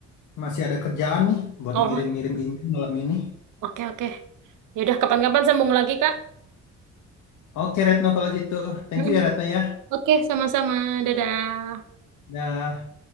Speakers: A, on the left; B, on the right.
A: masih ada kerjaan nih buat
B: Oh,
A: ngirim-ngirim email malam ini.
B: oke oke. Ya udah kapan-kapan sambung lagi Kak.
A: Oke Retno kalau gitu. Thank
B: mm
A: you ya Retno ya.
B: Oke, sama-sama. Dadah.
A: Dah.